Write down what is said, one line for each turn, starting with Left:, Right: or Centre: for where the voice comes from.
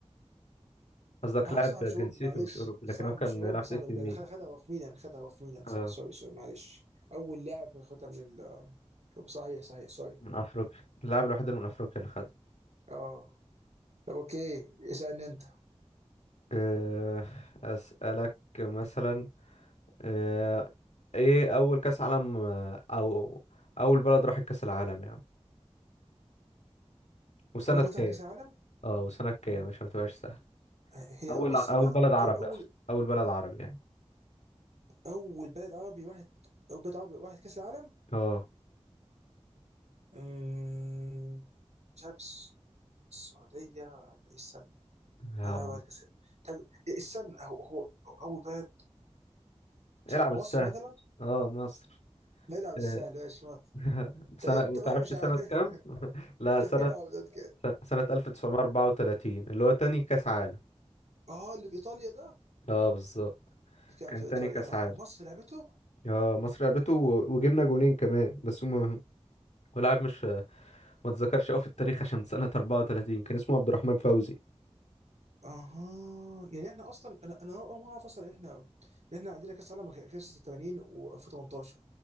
Left: قصدك
Right: آه،
Left: لاعب
Right: صح مش
Left: جنسيته
Right: اوروبي معلش
Left: مش أوروبي
Right: صح
Left: لكن هو كان
Right: مش اوروبي
Left: بيلعب
Right: صح
Left: في اي
Right: ده
Left: سي
Right: ده
Left: ميلان
Right: خد- خدها هو في ميلان خدها هو في ميلان
Left: آه
Right: صح سوري سوري معلش اول لاعب ياخدها من ال شوف صحيح صحيح سوري
Left: من أفريقيا اللاعب الوحيد اللي من أفريقيا اللي خدها
Right: اه طب اوكي اسالني انت
Left: آه أسألك مثلا آه إيه أول كأس عالم آه، أو أول بلد راحت كأس العالم يعني وسنة
Right: اول بطولة
Left: كام؟
Right: كاس العالم
Left: اه وسنة كام مش هتبقاش سهل
Right: هي
Left: أول
Right: اول
Left: أول
Right: سنه
Left: بلد عربي
Right: او اول
Left: أقصد أول بلد عربي يعني
Right: اول بلد عربي واحد او بلد عربي واحد كاس العالم
Left: اه
Right: أمم، مش عارف الس- السعوديه ولا ايه السنه
Left: آه،
Right: لا بعد كاس طب استنى هو هو اول بلد مش
Left: العب
Right: عارف مصر
Left: السهل
Right: مثلا
Left: اه مصر
Right: ما يلعب السهل
Left: آه،
Right: ماشي مصر
Left: <laughs> سنة
Right: طب امتى
Left: ما تعرفش
Right: بقى مش
Left: سنة
Right: عارف
Left: كام؟ <laughs>
Right: <laughs>
Left: لا
Right: مستحيل
Left: سنة
Right: العب ضد كده
Left: س- سنة 1934 اللي هو تاني كأس عالم
Right: اه اللي في ايطاليا ده
Left: اه بالظبط
Right: اللي كان
Left: كان
Right: في ايطاليا
Left: تاني كأس
Right: آه.
Left: عالم
Right: مصر لعبته
Left: اه مصر لعبته و- وجبنا جونين كمان بس هما ولاعب مش ما اتذكرش قوي في التاريخ عشان سنة 34 كان اسمه عبد الرحمن فوزي
Right: اها يعني احنا اصلا انا انا اول ما اعرف اصلا إن احنا إن احنا عندنا كاس عالم غير غير 86 و2018